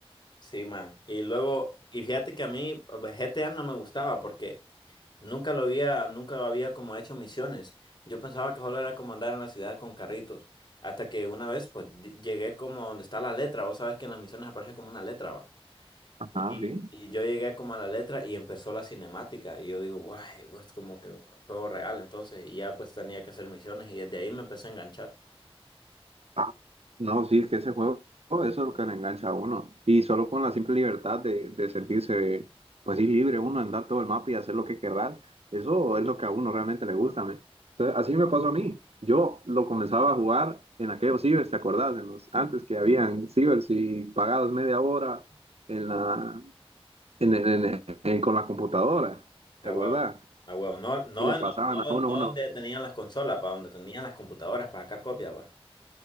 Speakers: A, on the left; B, on the right.
A: Sí, man. Y luego, y fíjate que a mí GTA no me gustaba porque nunca lo había, nunca había como hecho misiones. Yo pensaba que solo era como andar en la ciudad con carritos. Hasta que una vez pues di- llegué como donde está la letra. Vos sabes que en las misiones aparece como una letra, va.
B: Ajá,
A: Y,
B: sí.
A: y yo llegué como a la letra y empezó la cinemática. Y yo digo, guay es como que juego real. Entonces, y ya pues tenía que hacer misiones. Y desde ahí me empecé a enganchar.
B: Ah, no, sí, es que ese juego, eso es lo que le engancha a uno. Y solo con la simple libertad de, de sentirse, pues sí, libre uno, andar todo el mapa y hacer lo que querrá, eso es lo que a uno realmente le gusta, man. Entonces, así me pasó a mí. Yo lo comenzaba a jugar en aquellos cibers, ¿te acordás? En los, antes que habían cibers y pagados media hora en la, en- en- en- con la computadora,
A: A
B: ¿te acordás?
A: huevo, a huevo. No, no,
B: Y le
A: en
B: pasaban
A: lo-
B: a
A: no,
B: uno,
A: no
B: uno,
A: donde tenían las consolas, para donde tenían las computadoras para sacar copias, pa.